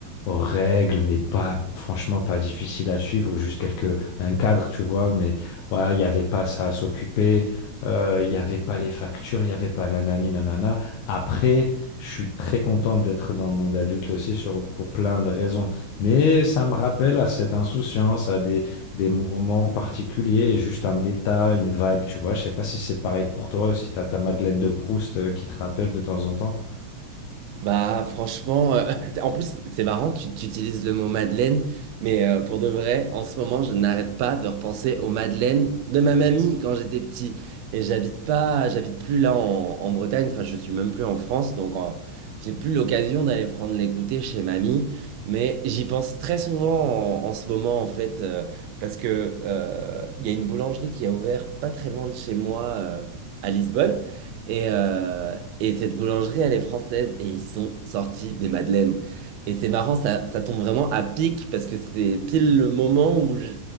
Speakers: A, on the left; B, on the right.
A: règles, mais pas, franchement, pas difficile à suivre, ou juste quelques, un cadre, tu vois, mais ouais, il n'y avait pas ça à s'occuper, euh, il n'y avait pas les factures, il n'y avait pas nanani, nanana. Après, je suis très content d'être dans le monde adulte aussi sur, pour plein de raisons. Mais ça me rappelle à cette insouciance, à des, des moments particuliers, juste un état, une vibe, tu vois. Je sais pas si c'est pareil pour toi, si t'as ta Madeleine de Proust euh, qui te rappelle de temps en temps.
B: Bah franchement, euh, <laughs> en plus c'est marrant, tu, tu utilises le mot Madeleine, mais euh, pour de vrai, en ce moment je n'arrête pas de repenser aux Madeleines de ma mamie quand j'étais petit. Et j'habite pas, j'habite plus là en, en Bretagne, enfin je suis même plus en France, donc euh, j'ai plus l'occasion d'aller prendre les goûters chez mamie. Mais j'y pense très souvent en, en ce moment en fait, euh, parce que euh, il y a une boulangerie qui a ouvert pas très loin de chez moi euh, à Lisbonne. Et, euh, et cette boulangerie, elle est française et ils sont sortis des madeleines. Et c'est marrant, ça, ça tombe vraiment à pic parce que c'est pile le moment où je-